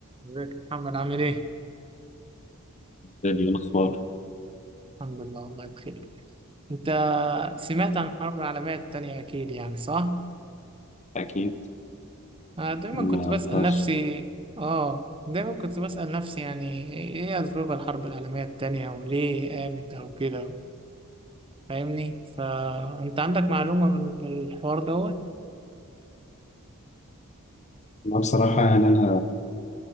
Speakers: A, on the right; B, on the left.
A: ازيك يا محمد عامل ايه؟
B: دالي الأخبار
A: الحمد لله والله بخير انت سمعت عن الحرب العالمية التانية اكيد يعني صح؟
B: أكيد
A: انا دايما
B: ما
A: كنت بسأل
B: فيهاش
A: نفسي اه دايما كنت بسأل نفسي يعني ايه اسباب الحرب العالمية التانية وليه قامت او كده فاهمني؟ فانت عندك معلومة بال- بالحوار دوت؟
B: أنا بصراحة يعني أنا